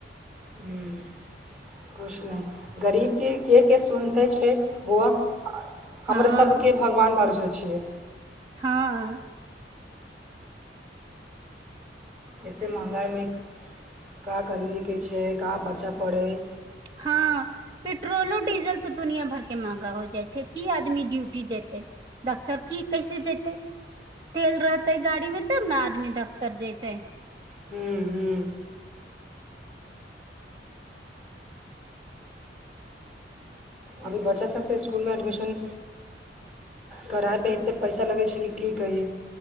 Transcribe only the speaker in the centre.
ह्म कुछ नहि गरीबके के के सुन तैऽ छै बौआ ह
हमर सबके भगवान भरोसे छै
एते महँगाइमे का करिये के छै का बच्चा पड़य
ह्म ह्म अभी बच्चासभके स्कुल मे एडमिशन करायपे एते पैसा लगै छै कि की कही